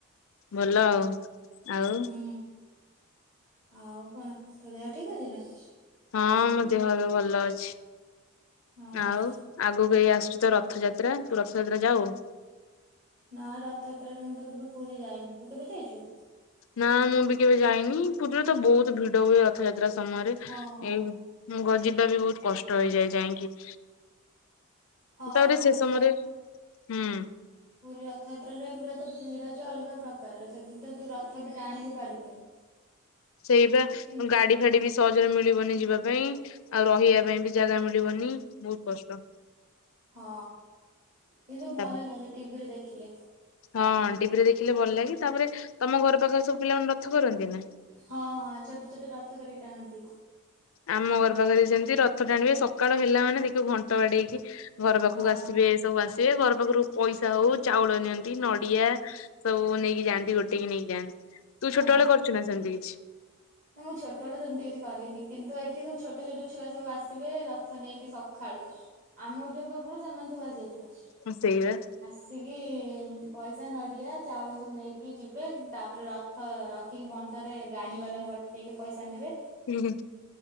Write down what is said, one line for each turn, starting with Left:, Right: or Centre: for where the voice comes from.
Left: ଭଲ ଆଉ ଆଉ
Right: ହୁଁ। ଆଉ କଣ ତୋ ଦେହ ଠିକ୍ ଅଛି ନା।
Left: ହଁ ମୋ ଦେହ ହାତ ଭଲ ଅଛି।
Right: ହଁ
Left: ଆଉ ଆଗକୁ ଏଇ ଆସୁଚି ତ ରଥଯାତ୍ରା ତୁ ରଥଯାତ୍ରା ଯାଉ।
Right: ନା ରଥଯାତ୍ରାରେ ମୁଁ ତ କେବେ ପୁରୀ ଯାଇନି ତୁ କେବେ ଯାଇଚୁ।
Left: ନା ମୁଁ ବି କେବେ ଯାଇନି ପୁରୀରେ ତ ବହୁତ ଭିଡ ହୁଏ ରଥଯାତ୍ରା ସମୟରେ
Right: ହଁ
Left: ଏଇ
Right: ହଁ
Left: ମୁଁ ଗଜି <unintelligible> ବହୁତ କଷ୍ଟ ହେଇଯାଏ ଯାଇକି। ତାପରେ
Right: ହଁ ପୁରୀ
Left: ସେ ସମୟରେ
Right: ର
Left: ହୁଁ
Right: ପୁରୀ ରଥଯାତ୍ରାରେ ପୁରା ତ ଭିଡ ଯେ ଅଲଗା ପ୍ରକାର ସେଠି ତ ତୁ ରଥ ବି ଟାଣି ବି ପାରିବୁନି। <inaudible>
Left: ସେଇ ବା
Right: କିନ୍
Left: ଗାଡି ଫାଡି ବି ସହଜରେ ମିଳିବନି ଯିବା ପାଇଁ ଆଉ ରହିବା ପାଇଁ ବି ଜାଗା ମିଳିବନି ବହୁତ କଷ୍ଟ।
Right: ହଁ କିନ୍ତୁ ଭଲ
Left: ତାପରେ
Right: ଲାଗେ ଟିଭିରେ ଦେଖିଲେ।
Left: ହଁ ଟିଭିରେ ଦେଖିଲେ ଭଲ ଲାଗେ ତାପରେ ତମ ଘର ପାଖରେ ସବୁ ପିଲା ମାନେ ରଥ କରନ୍ତିନା।
Right: ହଁ ହଁ ଛୋଟ ଛୋଟ ରଥ କରିକି ଟାଣନ୍ତି।
Left: ଆମ ଘର ପାଖରେ ବି ସେମିତି ରଥ ଟାଣିବେ ସକାଳ ହେଲା ମାନେ ଦେଖିବ ଘଣ୍ଟ ବାଡେଇକି ଘର ପାଖକୁ
Right: ହଁ
Left: ଆସିବେ ସବୁ ଆସିବେ ଘର ପାଖରୁ ପଇସା ହଉ ଚାଉଳ ନିଅନ୍ତି ନଡିଆ ସବୁ ନେଇକି ଯାଆନ୍ତି ଗୋଟେଇକି ନେଇକି ଯାଆନ୍ତି ତୁ
Right: ହଁ।
Left: ଛୋଟବେେଳେ କରିଛୁ ନା ସେମିତି କିଛି।
Right: ନା ମୁଁ ଛୋଟବେଳୁ ତ ସେମିତି କିଛି କରିନି କିନ୍ତୁ ଏଇଠି ସବୁ ଛୋଟ ଛୋଟ ଛୁଆ ସବୁ ଆସିବେ ରଥ ନେଇକି ସଖାଳୁ। ଆମେ ଉଠିବା ପୂର୍ବରୁ ସେମାନେ ସବୁ ଆସିଯାଇଥିବେ।
Left: ହୁଁ ସେଇଆ।
Right: ଆସିକି ପଇସା ନଡିଆ ଚାଉଳ ସବୁ ନେଇକି ଯିବେ ତାପରେ ର ରଖିକି ବନ୍ଧରେ ଗାଡି ବାଲାଙ୍କୁ ଅଟକେଇକି ପଇସା ନେବେ।
Left: ହୁଁ ହୁଁ